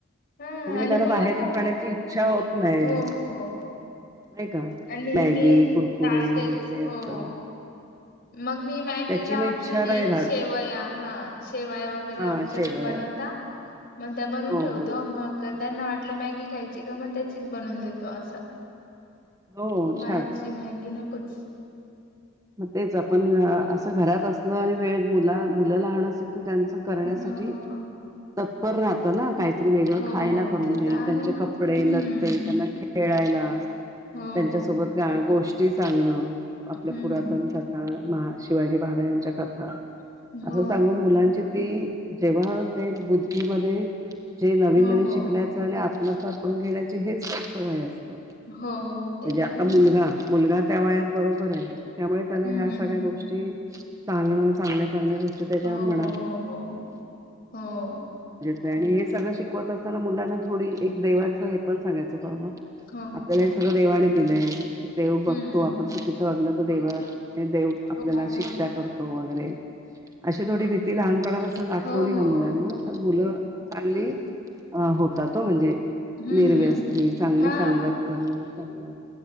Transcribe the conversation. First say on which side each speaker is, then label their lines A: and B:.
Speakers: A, on the left (about 45°); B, on the right (about 15°).
A: ह
B: म्हणजे
A: आणि
B: मग त्यांना
A: मुलांना
B: बाहेरच्या खाण्याची
A: पण
B: इच्छा होत नाही.
A: हो हो
B: नाही का
A: आणि
B: मॅगी,
A: मी
B: कुरकुरे
A: टाळतेच
B: हे ते
A: हो
B: असं.
A: मग मी मॅगीला
B: त्याची मग इच्छा
A: ऑप्शन आहे,
B: नाही राहत
A: शेवया हा शेवया वगैरे
B: हा
A: आमच्याकडे
B: शेवया
A: बनवता
B: <unintelligible>
A: मग त्या बनून
B: हो
A: ठेवतो
B: हो
A: मग त्यांना वाटलं मॅगी खायची का मग त्याचीच बनवून देतो असं
B: हो
A: बाहेरची
B: छान
A: मॅगी नकोच.
B: मग तेच आपण अ- असं घरात असल आणि वेळेत मुला मुलं लहान असेल तर त्यांच करण्यासाठी
A: हो हो
B: तत्पर राहत ना काहीतरी वेगळं
A: हो
B: खायला
A: हो
B: करून
A: ते
B: दे
A: तर आहे
B: त्यांचे
A: हम्म.
B: कपडे लत्ते त्यांना खेळायला
A: हो
B: त्यांच्यासोबत गा-गोष्टी सांगणं
A: हम्म
B: आपल्या पुरातन कथा महा-शिवाजी महाराजांच्या कथा
A: हो
B: असं सांगून मुलांची ती जेव्हा ते बुद्धीमध्ये जे नवीन
A: हो
B: -नवीन
A: हो
B: शिकण्याचा
A: हो.
B: आणि आत्मसात <unintelligible> म्हण घेण्याचे हेच त्यांचं वय असतं म्हणजे
A: हो ते
B: आता
A: तर आहेच
B: मुलगा -मुलगा त्या वयात बरोबर आहे त्यामुळे त्याला
A: हम्म
B: ह्या
A: हम्म
B: सगळ्या गोष्टी सांगणं चांगल्या चांगल्या गोष्टी त्याच्या
A: हो
B: म
A: हो हो हो.
B: <unintelligible> आणि हे सगळं शिकवत असताना मुलांना थोडी एक देवाचं हे पण सांगायचं बाबा
A: हो हो
B: आपल्याला
A: हो
B: हे सगळं देवानी दिलंय की देव बघतो
A: हम्म
B: आपण
A: हम्म
B: चुकीचं वागलो तर देवानं ये देव आपल्याला
A: हो हो
B: शिक्षा करतो वगैरे अशी थोडी भीती लहानपणा असं दाखवली
A: हो हो
B: ना मुलांना
A: हो. हो
B: तर मुलं चांगली अ- होतात हं म्हणजे
A: हम्म.
B: निर्व्यसनी, चांगली
A: हां
B: संगत करणं चांगलं